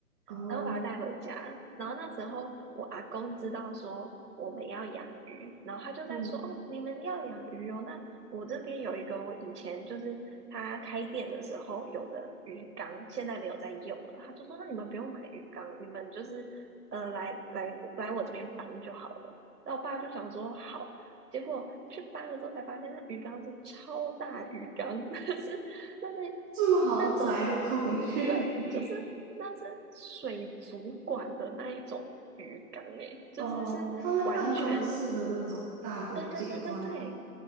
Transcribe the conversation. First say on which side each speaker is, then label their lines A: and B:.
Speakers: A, on the right (about 30°); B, on the right (about 75°).
A: 哦，
B: 然后把它带回家。然后那时候我阿公知道说我们要养鱼，然后他就在说：
A: 嗯，
B: “哦，你们要养鱼哦，那我这边有一个我以前就是他开店的时候有的鱼缸，现在没有在用了。”他就说：“那你们不用买鱼缸，你们就是呃来来来我这边搬就好了。”然后我爸就想说：“好。”结果去搬了之后才发现，那鱼缸是超大鱼缸，<laughs> 是那是
A: 住豪宅的孔雀鱼，
B: 那种。对，就是那是水族馆的那一种鱼缸诶，就是是完全，
A: 哦，放在办公室的那种大的景观。
B: 对对对对对